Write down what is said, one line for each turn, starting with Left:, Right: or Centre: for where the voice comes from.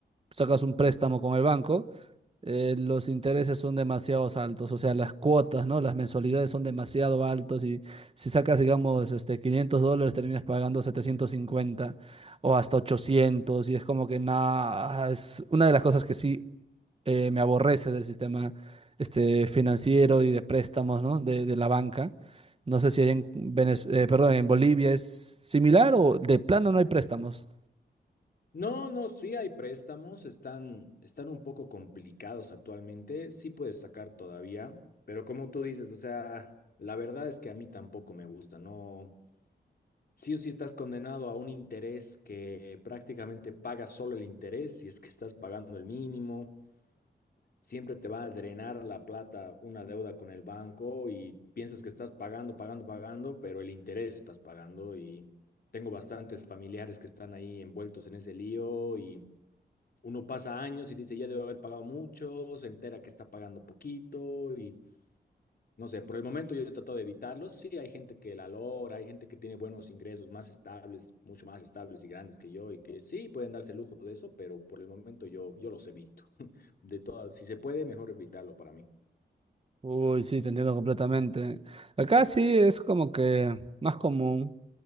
Right: sacas un préstamo con el banco, eh, los intereses son demasiado altos, o sea, las cuotas, ¿no? Las mensualidades son demasiado altos y si sacas, digamos, este, 500 dólares terminas pagando 750 o hasta 800 y es como que nada, es una de las cosas que sí eh, me aborrece del sistema este, financiero y de préstamos, ¿no? De, de la banca. No sé si hay en Venez- eh, perdón, en Bolivia es similar o de plano no hay préstamos.
Left: No, no, sí hay préstamos, están, están un poco complicados actualmente, sí puedes sacar todavía, pero como tú dices, o sea, la verdad es que a mí tampoco me gusta, no, sí o sí estás condenado a un interés que prácticamente pagas solo el interés, si es que estás pagando el mínimo, siempre te va a drenar la plata una deuda con el banco y piensas que estás pagando, pagando, pagando, pero el interés estás pagando y tengo bastantes familiares que están ahí envueltos en ese lío y uno pasa años y dice, ya debo haber pagado mucho, se entera que está pagando poquito y no sé, por el momento yo he tratado de evitarlos. Sí, hay gente que la logra, hay gente que tiene buenos ingresos más estables, mucho más estables y grandes que yo, y que sí pueden darse el lujo de eso, pero por el momento yo, yo los evito. <laughs> De todas, si se puede, mejor evitarlo para mí.
Right: Uy, sí, te entiendo completamente. Acá sí es como que más común.